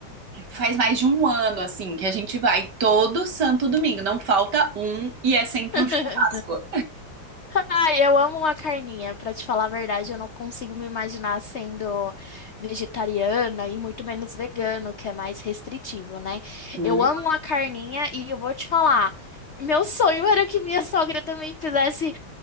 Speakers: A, on the right; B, on the left.
A: faz mais de um ano, assim, que a gente vai todo santo domingo. Não falta um e é sempre
B: <laughs>
A: um churrasco.
B: Ai, eu amo uma carninha. Pra te falar a verdade, eu não consigo me imaginar sendo vegetariana e muito menos vegano, que é mais restritivo, né?
A: Uhum.
B: Eu amo uma carninha e eu vou te falar, meu sonho era que minha sogra também fizesse